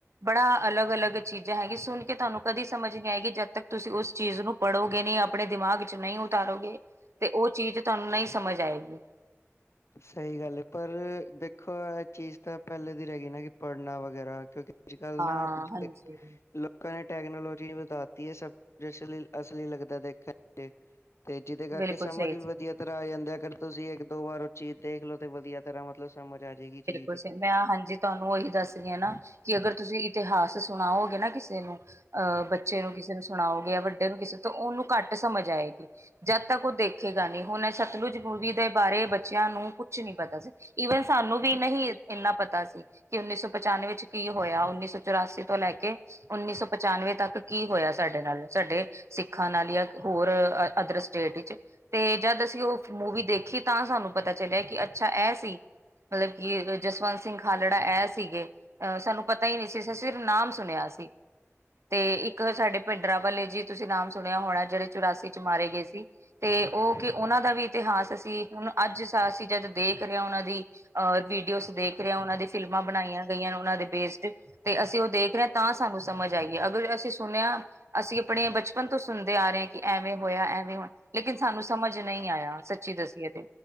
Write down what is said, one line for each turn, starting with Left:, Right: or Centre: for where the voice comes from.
Right: ਬੜਾ ਅਲੱਗ ਅਲੱਗ ਚੀਜ਼ਾਂ ਹੈਗੀ, ਸੁਣ ਕੇ ਤਾਨੂੰ ਕਦੀ ਸਮਝ ਨੀ ਆਏਗੀ। ਜਦ ਤੱਕ ਤੁਸੀਂ ਉਸ ਚੀਜ਼ ਨੂੰ ਪੜ੍ਹੋਗੇ ਨਈ ਆਪਣੇ ਦਿਮਾਗ 'ਚ ਨਈ ਉਤਾਰੋਗੇ ਤੇ ਓ ਚੀਜ਼ ਤਾਨੂੰ ਨਈ ਸਮਝ ਆਏਗੀ।
Left: ਸਈ ਗੱਲ ਏ, ਪਰ ਦੇਖੋ ਐ ਚੀਜ਼ ਤਾਂ ਪੈਲੇ ਦੀ ਰਏ ਗੀ ਨਾ, ਕੀ ਪੜ੍ਹਨਾ ਵਗੈਰਾ ਕਿਉਂਕਿ ਅਜ ਕਲ
Right: ਹਾਂ
Left: ਨਾ--ਲ
Right: ਹਾਂਜੀ
Left: ਕੈਂ ਟੈਕਨੋਲੋਜੀ ਵਧਾਤੀ ਏ ਸਭ ਕੁਛ ਅਸਲੀ -ਅਸਲੀ ਲਗਦਾ ਦੇਖਣ 'ਚ। ਤੇ ਜੀਦੇ ਕਰਕੇ
Right: ਬਿਲਕੁਲ
Left: ਸਮਰ
Right: ਸਹੀ
Left: ਵੀ ਵਧੀਆ
Right: ਜੀ
Left: ਤਰਾਂ ਆ ਜਾਂਦਾ ਅਗਰ ਤੁਸੀਂ ਇੱਕ ਦੋ ਵਾਰ ਓ ਚੀਜ਼ ਦੇਖ ਲੋ, ਤੇ ਵਧੀਆ ਤਰ੍ਹਾਂ ਮਤਲਬ ਸਮਝ ਆ ਜਾਏਗੀ ਚੀਜ਼।
Right: ਬਿਲਕੁਲ ਸਹੀ ਮੈਂ ਹਾਂਜੀ ਤਾਨੂੰ ਓਹੀ ਦੱਸ ਰੀ ਨਾ ਕੀ ਅਗਰ ਤੁਸੀਂ ਇਤਿਹਾਸ ਸੁਣਾਓਗੇ ਨਾ ਕਿਸੇ ਨੂੰ। ਅਹ ਬੱਚੇ ਨੂੰ ਕਿਸੇ ਨੂੰ ਸੁਣਾਓਗੇ, ਜਾਂ ਵੱਡੇ ਨੂੰ ਕਿਸੇ ਤੋਂ ਓਨੂੰ ਘੱਟ ਸਮਝ ਆਏਗੀ। ਜਦ ਤੱਕ ਓ ਦੇਖੇਗਾ ਨੀ, ਹੁਣ ਸਤਲੁਜ ਮੂਵੀ ਦੇ ਬਾਰੇ ਬੱਚਿਆਂ ਨੂੰ ਕੁਛ ਨੀ ਪਤਾ ਸੀ। ਈਵਨ ਸਾਨੂੰ ਵੀ ਨਹੀਂ ਏਨਾ ਪਤਾ ਸੀ। ਕੀ ਉੱਨੀ ਸੌ ਪਚਾਨਵੇਂ 'ਚ ਕੀ ਹੋਇਆ, ਉੱਨੀ ਸੌ ਚੁਰਾਸੀ ਤੋਂ ਲੈਕੇ। ਉੱਨੀ ਸੌ ਪਚਾਨਵੇਂ ਤੱਕ ਕੀ ਹੋਇਆ ਸਾਡੇ ਨਾਲ। ਸਾਡੇ ਸਿੱਖਾਂ ਨਾਲ ਜਾਂ ਹੋਰ ਅਦਰ ਸਟੇਟ ਇਚ। ਤੇ ਜਦ ਅਸੀਂ ਮੂਵੀ ਦੇਖੀ ਤਾਂ ਸਾਨੂੰ ਪਤਾ ਚੱਲਿਆ ਕੀ ਅੱਛਾ ਐ ਸੀ। ਮਲਬ ਕੀ ਜਸਵੰਤ ਸਿੰਘ ਖਾਲੜਾ ਐ ਸੀਗੇ। ਸਾਨੂੰ ਪਤਾ ਈ ਨੀ ਸੀ, ਅਸੀ ਸਿਰ ਨਾਮ ਸੁਣਿਆ ਸੀ। ਤੇ ਇੱਕ ਸਾਡੇ ਭਿੰਡਰਾਂ ਵਾਲੇ ਜੀ ਤੁਸੀਂ ਨਾਮ ਸੁਣਿਆ ਹੋਣਾ ਜੜੇ ਚੁਰਾਸੀ 'ਚ ਮਾਰੇ ਗਏ ਸੀ। ਤੇ ਓ ਕਿ ਓਨਾਂ ਦਾ ਵੀ ਇਤਿਹਾਸ ਅਸੀ ਹੁਣ ਅੱਜ ਅਸੀ ਜਦ ਦੇਖ ਰਿਆਂ ਓਨਾ ਦੀ ਅ ਵੀਡੀਓਜ਼ ਦੇਖ ਰਿਆਂ, ਓਨਾਂ ਦੀ ਫਿਲਮਾਂ ਬਣਾਈਆਂ ਗਈਆਂ ਓਨਾਂ ਬੇਸ ਤੇ। ਤੇ ਅਸੀਂ ਓ ਦੇਖ ਰੇ ਆ ਤਾਂ ਸਾਨੂੰ ਸਮਝ ਆਈ ਏ ਅਗਰ ਅਸੀਂ ਸੁਣਿਆ ਅਸੀਂ ਆਪਣੇ ਬਚਪਨ ਤੋਂ ਸੁਣਦੇ ਆ ਰੇ ਆ ਕੀ ਐਵੇਂ ਹੋਇਆ, ਐਵੇਂ ਹੋਇਆ। ਲੇਕਿਨ ਸਾਨੂੰ ਸਮਝ ਨਈ ਆਇਆ ਸੱਚੀ ਦੱਸੀਏ ਤੇ,